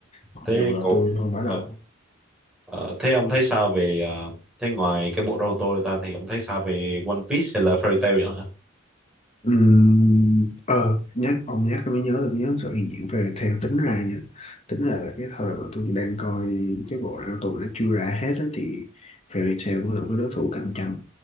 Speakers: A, on the left; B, in the centre.
A: mặc
B: thế
A: dù là
B: cột
A: tôi không phải là
B: ờ, ờ, thế ông thấy sao về à, thế ngoài cái bộ Naruto ra thì ông thấy sao về One Piece hay là Fairy Tail vậy
A: Ừm, ờ nhắc ông nhắc tôi mới nhớ được nhớ sự hiện diện về theo tính ra nha tính ra là cái thời mà tôi đang coi cái bộ Naruto tụi nó chưa ra hết á, thì Fairy Tail cũng là một cái đối thủ cạnh tranh